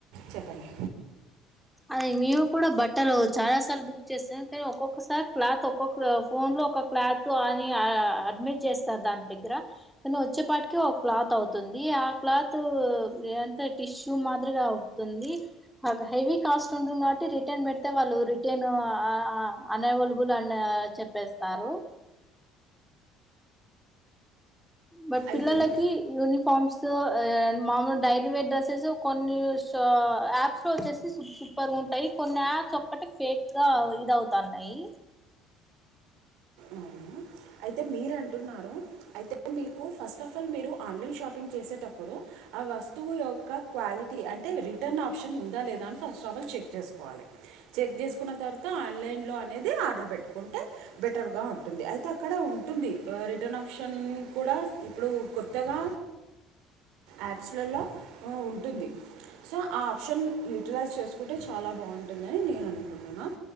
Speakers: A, on the right (about 80°); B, in the centre.
A: చెప్పండి
B: అయిపుడు బట్టలు చాలా సార్లు బుక్ చేశాం కానీ ఒక్కొక్కసారి క్లాత్ ఒక్కొక్క ఫోన్ లో ఒక క్లాత్ అని అడ్మిట్ చేశారు దాన్దగ్ర కను వచ్చేపాటికి ఒక క్లాత్ అవుతుంది ఆ క్లాత్ ఏంత టిష్యూ మాదిరిగా తుంది బాగా హైవి కాస్ట్ ఉంటుంది కాబట్టి రిటర్న్ పెటై వాళ్ళు రిటను అన్వైలబుల్ అని చెప్పేస్తారు బట్ పిల్లలకి
A: అయితే
B: యూనిఫార్మ్స్ సో మామూలు డైలీవేర్ డ్రసెస్ కొన్ని యాప్స్ లో వచ్చేసి రు ఉంటాయి కొన్ని యాప్స్ ఒక్కటి ఫేక్గా ఇదవుతున్నాయి
A: అవునా అయితే మీరు అంటున్నారు అయితే మీకు ఫస్ట్ ఆఫ్ ఆల్ మీరు ఆన్లైన్ షాపింగ్ చేసేటప్పుడు ఆ వస్తువు యొక్క క్వాలిటీ అంటే రిటర్న్ ఆప్షన్ ఉందా లేదా అని ఫస్ట్ ఆఫ్ ఆల్ చెక్ చేసుకోవాలి చెక్ చేస్కున్న తర్వాత ఆన్లైన్ లో అనేది ఆర్డర్ పెట్టుకుంటే బెటర్ గా ఉంటుంది అయితే అయితే ఉంటుంది ఆ రిటర్న్ ఆప్షన్ కూడా ఇప్పుడు కొత్తగా యాప్స్లలో ఉమ్ ఉంటుంది సో ఆ ఆప్షన్ యూటిలైజ్ చేసుకుంటే చాలా బాగుంటుందని అని నేను అనుకుంటున్నాను